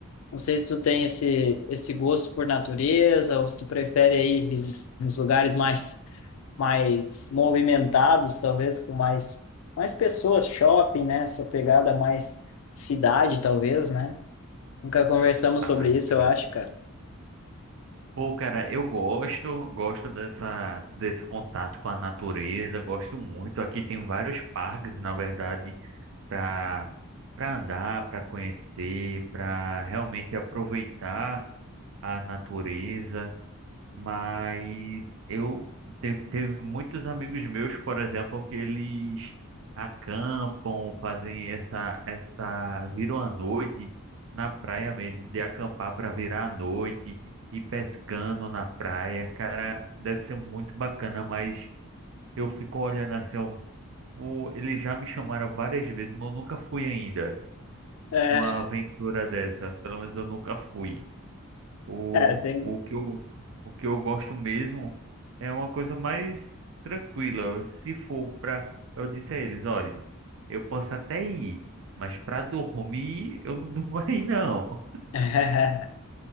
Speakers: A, on the left; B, on the right.
A: Não sei se tu tem esse, esse gosto por natureza ou se tu prefere aí visi- uns lugares mais mais movimentados, talvez com mais, mais pessoas, shopping, né? Essa pegada mais cidade, talvez, né? Nunca conversamos
B: Ah,
A: sobre isso,
B: cara.
A: eu acho, cara.
B: Pô, cara, eu gosto, gosto dessa, desse contato com a natureza, gosto muito. Aqui tem vários parques, na verdade, para para andar, para conhecer, para realmente aproveitar a natureza. Mas eu teve, teve muitos amigos meus, por exemplo, que eles acampam, fazem essa essa viram a noite na praia mesmo, de acampar para virar a noite e pescando na praia. Cara, deve ser muito bacana, mas eu fico olhando assim, ó, o- eles já me chamaram várias vezes, mas eu nunca fui ainda
A: É,
B: numa aventura dessa. Pelo menos eu nunca fui. O,
A: é, tem.
B: o que eu, o que eu gosto mesmo é uma coisa mais tranquila. Se for para, eu disse a eles, olhe, eu posso até ir, mas para dormir eu não <laughs> durmo aí não.
A: <laughs>